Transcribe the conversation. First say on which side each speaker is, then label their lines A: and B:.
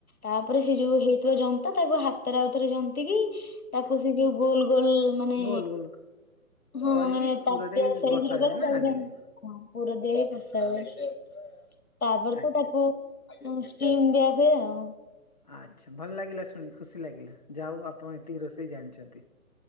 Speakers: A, on the left; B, on the left.
A: ତାପରେ ସେ ଯୋଉ ହେଇଥିବା ଯନ୍ତ ତାକୁ ହାତରେ ଆଉଥରେ ଯ ତିକି ତାକୁ ସେ ଯୋଉ ଗୋଲ୍ ଗୋଲ୍ ମାନେ
B: ଗୋଲ ଗୋଲ
A: ହଁ
B: କରିକି
A: ମାନେ
B: ପୁର
A: <unintelligible>
B: ଦେଇ ବସାଯାଏ ନା ହାଣ୍ଡିରେ
A: ହଁ ପୁର ଦେହ ପେସାଉ ତାପରେ
B: ଆଜ୍ଞା
A: ତ ତାକୁ ଷ୍ଟିମ୍ ଦିଆ ଯାଏ ଆଉ।
B: ଆଚ୍ଛ ଭଲ ଲାଗିଲା ଶୁଣି ଖୁସି ଲାଗିଲା ଯାଉ ଆପଣ ଏତିକି ରୋଷେଇ ଜାଣିଛନ୍ତି।